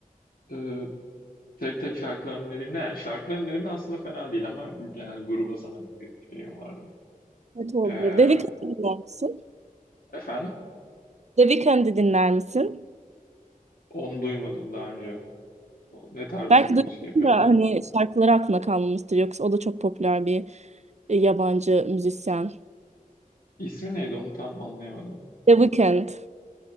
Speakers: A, on the left; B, on the right.
A: eee, tek tek şarkılarını dinlediğimde yani şarkıların dinlediğimde aslında fena değil ama genel gruba sanırım bir şeyim vardı.
B: Evet olabilir.
A: Eee,
B: The Weeknd'i dinler misin?
A: efendim?
B: The Weeknd'i dinler misin?
A: Onu duymadım daha önce. O Ne tarz
B: Belki
A: bir müzik
B: duymuşsun
A: yapıyorlar?
B: da hani şarkıları aklına kalmamıştır. Yoksa o da çok popüler bir e, yabancı müzisyen.
A: İsmi neydi onu tam anlayamadım.
B: The Weeknd.